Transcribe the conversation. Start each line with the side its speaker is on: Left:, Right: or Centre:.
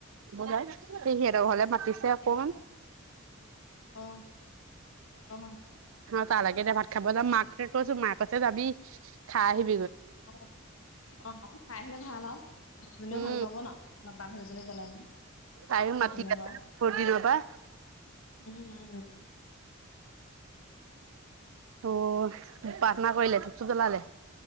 Right: বোলে সেই সিহঁতৰ ঘৰলে মাতিছে অকমান।
Left: অ অ
Right: <unintelligible> ত লাগে এতিয়া ভাত খাব যাম মাক কৈছো মাক কছে যাবি খাই আহিব-
Left: অ অ খাই আহিলে ভাল আও। লগৰজনীও
Right: উম
Left: ভাল পাব ন তোমাৰ <unintelligible> এজনী গলে মানে
Right: তাইও
Left: সেই
Right: মাতি
Left: তেনেকুৱা
Right: আছে বৰ দিনৰ পা
Left: উম উম
Right: ত প্ৰাৰ্থনা কৰিলে ধুপাচুপ জলালে।